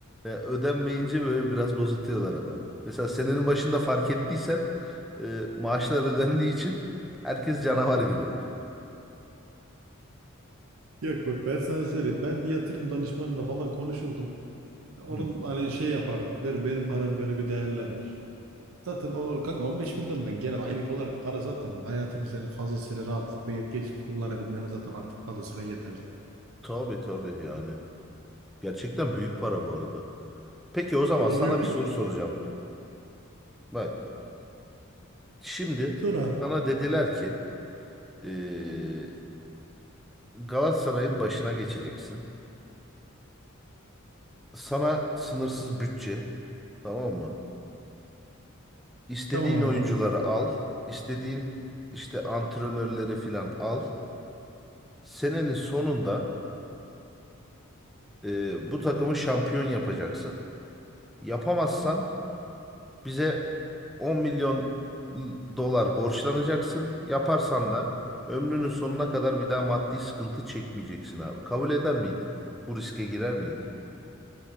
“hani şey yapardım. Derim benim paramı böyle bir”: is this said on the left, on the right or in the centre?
Right